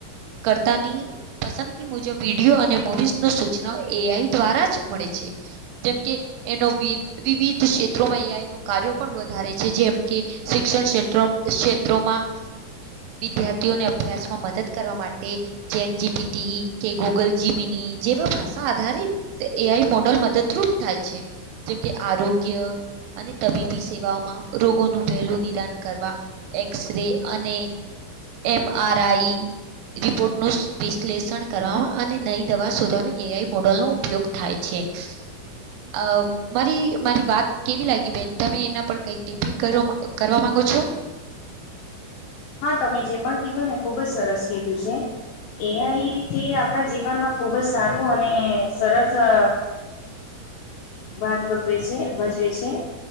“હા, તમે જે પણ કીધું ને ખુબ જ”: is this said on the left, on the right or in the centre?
Left